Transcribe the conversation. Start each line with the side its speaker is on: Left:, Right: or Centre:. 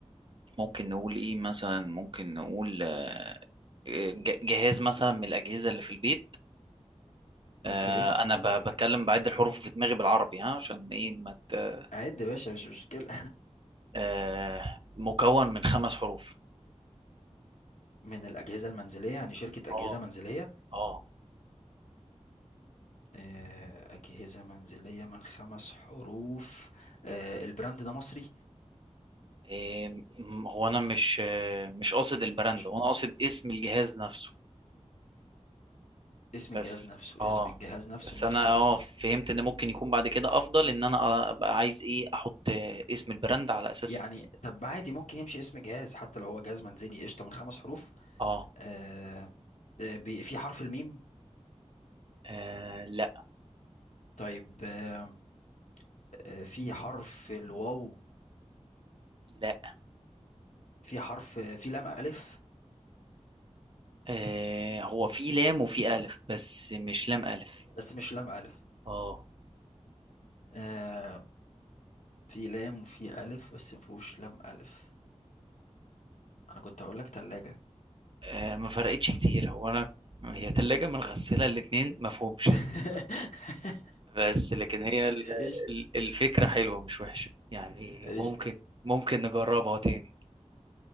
Right: ممكن نقول ايه مثلا ممكن نقول آه آه، ج- جهاز مثلا من الاجهزه اللي في البيت آه
Left: اوكي
Right: انا ب- بتكلم بعد الحروف في دماغي بالعربي ها عشان ايه ما مت...
Left: عد يا باشا مش مشكله
Right: آه مكون من خمس حروف
Left: <laughs> من الاجهزه المنزليه يعني شركه
Right: اه
Left: اجهزه منزليه
Right: اه
Left: آه، اجهزه منزليه من خمس حروف آه، البراند ده مصري
Right: إيه، م- هو انا مش آه، مش قاصد البراند
Left: مش
Right: هو
Left: من
Right: انا قاصد اسم الجهاز نفسه
Left: اسم الجهاز
Right: بس
Left: نفسه
Right: اه
Left: اسم الجهاز نفسه
Right: بس
Left: من
Right: انا
Left: خمس
Right: اه فهمت ان ممكن يكون بعد كده افضل ان انا ابقى عايز ايه احط اسم البراند على اساس
Left: يعني طب عادي ممكن يمشي اسم جهاز حتى لو هو جهاز منزلي قشطة من خمس حروف
Right: اه
Left: آه آه، بي- في حرف الميم
Right: آه، لا
Left: طيب آه آه، في حرف الواو
Right: لا
Left: في حرف آه، في لام ألف
Right: آه هو في لام وفي الف بس مش لام الف
Left: بس مش لام ألف
Right: اه
Left: آه في لام وفي ألف بس مفهوش لام ألف أنا كنت هقول لك تلاجة
Right: آه، ما فرقتش كتير هو انا هي تلاجة من غسالة الاتنين ما فهمش
Left: <laughs>
Right: بس لكن هي ال-
Left: قشطة
Right: ال- الفكرة حلوة مش وحشة يعني
Left: قشطة
Right: ممكن ممكن نجربها تاني